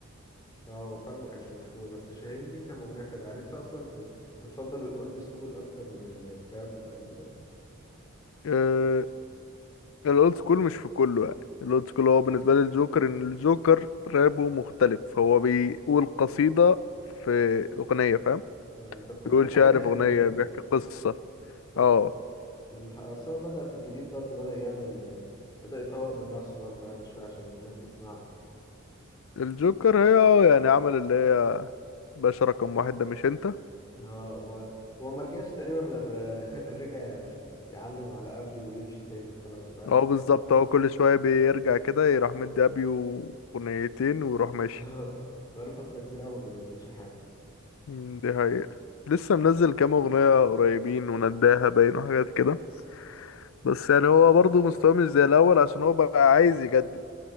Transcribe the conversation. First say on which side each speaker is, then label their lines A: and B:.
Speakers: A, on the left; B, on the left.
A: اه هو فعلا ما كانش مشهور بس شاهين ليه كان مغنية حلوة يعني انت اصلا ب... بتفضل الاولد سكول اكتر من التراب والكلام ده
B: آه، الاولد سكول مش في كله يعني الاولد سكول هو بالنسبه لي الجوكر ان الجوكر رابه مختلف هو بيقول قصيده في اغنيه فاهم
A: آه انت بتحب
B: بيقول
A: له الحاجات
B: شعر
A: القديمة
B: في أغنية
A: يعني
B: بيحكي قصة
A: انت بتحب
B: اه
A: الح- اصل هو بدأ في الجديد برضو بدأ يعمل بدأ يطور من نفسه برضو يعني شوية عشان الناس تسمعه
B: الجوكر هي اه يعني عمل اللي هي باشا رقم واحد ده مش انت
A: اه هو هو ما رجعش تقريبا غير <laughs> رجع يعلم على ابيو ويمشي تاني وخلاص بقاله
B: اه
A: فترة
B: بالظبط هو كل شوية بيرجع كده يروح مدي أبيو أغنيتين ويروح ماشي
A: <laughs> بقاله فترة كبيرة أوي ما بينزلش حاجة
B: مم، دي حقيقة لسه منزل كام أغنية قريبين ونداها باين وحاجات كده بس يعني هو برضه مستواه مش زي الأول عشان هو بقى عايز يجدد